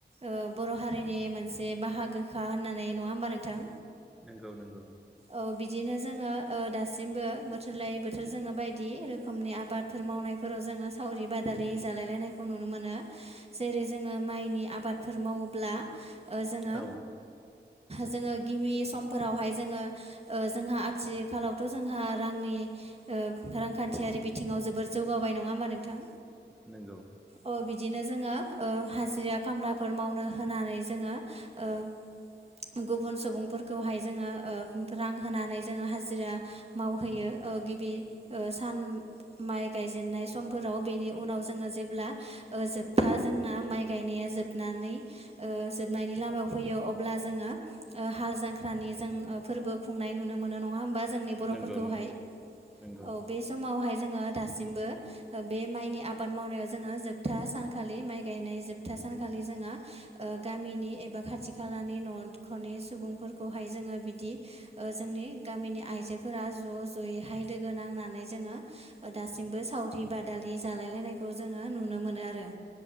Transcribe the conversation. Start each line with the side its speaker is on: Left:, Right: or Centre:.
Right: ओ बर' हारिनि मोनसे बाहागोखा होननानै नङा होमबा नोंथां।
Centre: नंगौ नंगौ।
Right: औ बिदिनो जोङो ओ दासिमबो बोथोर लायै बोथोर जोङो बायदि रोखोमनि आबाद फोर मावनायफोराव जोङो सावरि बादालि जालायलायनायखौ नुनो मोनो जेरै जोङो माइनि आबादफोर मावोब्ला ओ जोङो
Centre: औ
Right: जोङो गिबि समफोरावहाय जोङो ओ जोंहा आथिखालावथ' जोंहा रांनि ओ रांखान्थियारि बिथिङाव जोबोर जौगाबाय नङा होमबा नोंथां?
Centre: नंगौ।
Right: अ बिदिनो जोङो ओ हाजिरा खामलाफोर मावनो होनानै जोङो ओ गुबुन सुबुंफोरखौहाय जोङो ओ रां होनानै जोङो हाजिरा मावहैयो ओ गिबि सान माइ गायजेनाय समफोराव बेनि उनाव जोङो जेब्ला ओ जोबथा जोंना माइ गायनाया जोबनानै ओ जोबनायनि लामायाव फैयो अब्ला जोङो ओ हाल जांख्रानि जों फोरबो खुंनाय नुनो मोनो नङा होमबा जोंनि बर'फोरखौहाय
Centre: नंगौ नंगौ नंगौ
Right: औ। बे समावहाय जोङो दासिमबो ओ बे माइनि आबाद मावनायाव जोङो जोबथा सानखालि माइ गायनाय जोबथा सानखालि जोङो ओ गामिनि एबा खाथि खालानि न'खरनि सुबुंफोरखौहाय जोङो बिदि ओ जोंनि गामिनि आइजोफोरा ज' ज' यैहाय लोगो नांनानै जोङो दासिमबो सावरि बादालि जालायलायनायखौ जोङो नुनो मोनो आरो।